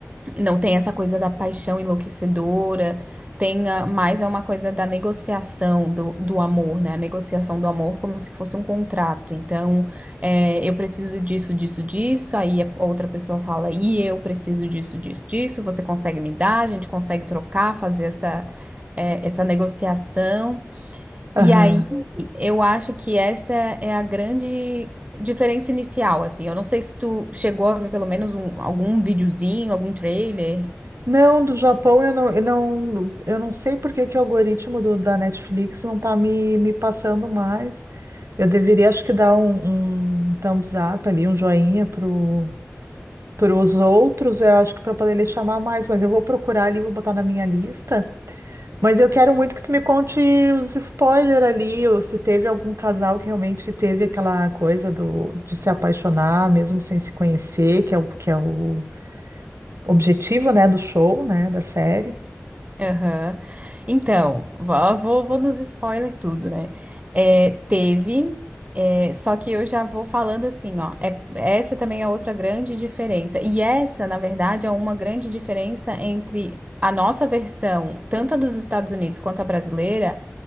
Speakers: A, on the right; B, on the right.
A: não tem essa coisa da paixão enlouquecedora, tem a- mais é uma coisa da negociação do, do amor, né? A negociação do amor como se fosse um contrato. Então, é, eu preciso disso, disso, disso. Aí a outra pessoa fala, e eu preciso disso, disso, disso. Você consegue me dar? A gente consegue trocar, fazer essa, é, essa negociação.
B: Aham.
A: E aí eu acho que essa é a grande diferença inicial, assim. Eu não sei se tu chegou a ver pelo menos um, algum videozinho, algum trailer.
B: Não, do Japão eu não, eu não, eu não sei por que que o algoritmo do- da Netflix não tá me, me passando mais. Eu deveria, acho que dar um, um thumbs up ali, um joinha pro, pros outros, eu acho que para poder ele chamar mais, mas eu vou procurar ali, vou botar na minha lista. Mas eu quero muito que tu me conte os spoilers ali, ou se teve algum casal que realmente teve aquela coisa do, de se apaixonar, mesmo sem se conhecer, que é o, que é o objetivo, né, do show, né, da série.
A: Aham. Então, vou, vou, vou nos spoiler tudo, né? É, teve, é, só que eu já vou falando assim, ó. é- essa também é outra grande diferença. E essa, na verdade, é uma grande diferença entre a nossa versão, tanto a dos Estados Unidos quanto a brasileira,